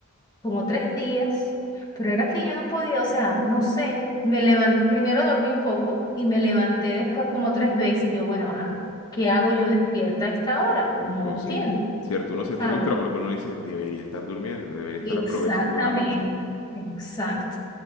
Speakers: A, on the left; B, on the left.
A: como tres días, pero era que yo no podía, o sea, no sé, me levanté, primero dormí un poco y me levanté después como tres veces. Yo, bueno, ajá, ¿qué hago yo despierta a esta hora?
B: Imposible.
A: No entiendo,
B: Cierto, uno se
A: ¿sabes?
B: frustra porque uno dice, debería estar durmiendo, debería estar
A: Exactamente,
B: aprovechando la noche,
A: exacto.